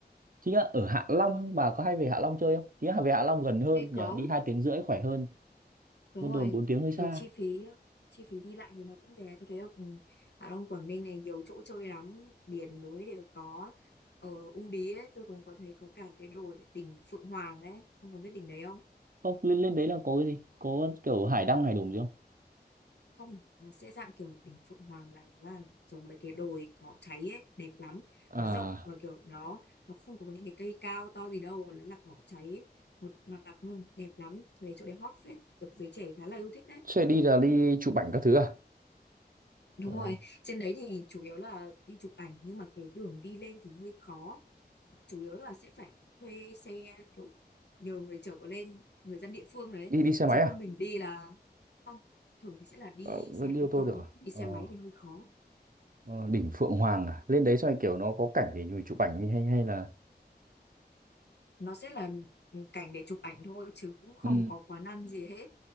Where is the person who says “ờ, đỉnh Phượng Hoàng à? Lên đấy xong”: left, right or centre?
Right